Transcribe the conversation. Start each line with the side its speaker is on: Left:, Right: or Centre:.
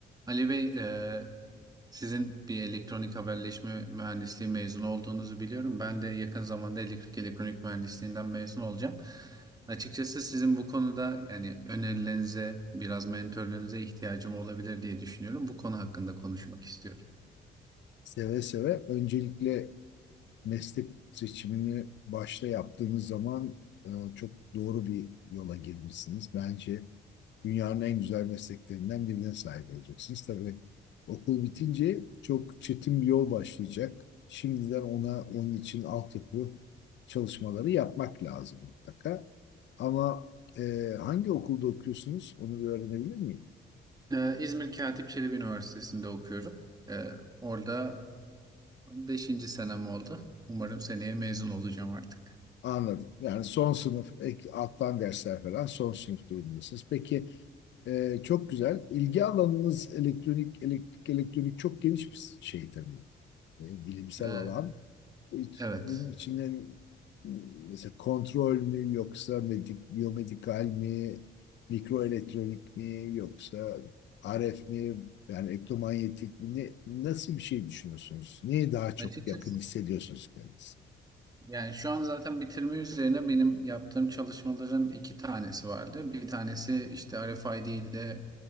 Right: Ali Bey, e, sizin bir elektronik haberleşme mühendisliği mezunu olduğunuzu biliyorum. Ben de yakın zamanda elektrik elektronik mühendisliğinden mezun olacağım. Açıkçası sizin bu konuda yani önerilerinize, biraz mentörlüğünüze ihtiyacım olabilir diye düşünüyorum. Bu konu hakkında konuşmak istiyorum.
Left: Seve seve. Öncelikle meslek seçimini başta yaptığınız zaman e, çok doğru bir yola girmişsiniz. Bence dünyanın en güzel mesleklerinden birine sahip olacaksınız. Tabii okul bitince çok çetin bir yol başlayacak. Şimdiden ona onun için altyapı çalışmaları yapmak lazım mutlaka. Ama e, hangi okulda okuyorsunuz onu bir öğrenebilir miyim?
Right: E, İzmir Katip Çelebi Üniversitesi'nde okuyorum. E, orada beşinci senem oldu. Umarım seneye mezun olacağım artık.
Left: Anladım. Yani son sınıf, ek, alttan dersler falan son sınıf durumundasınız. Peki Ee, çok güzel. İlgi alanınız elektronik, elektrik, elektronik çok geniş bir şey tabii. Ee, bilimsel
Right: E,
Left: alan. Hiç-
Right: evet.
Left: bunun içinden hmm, mesela kontrol mü yoksa medik, biyomedikal mi, mikroelektronik mi yoksa RF mi yani elektromanyetik mi ne, nasıl bir şey düşünüyorsunuz? Neye daha çok
Right: Açıkçası
Left: yakın hissediyorsunuz kendinizi?
Right: Yani şu an zaten bitirme üzerine benim yaptığım çalışmaların iki tanesi vardı. Bir tanesi işte RFID ile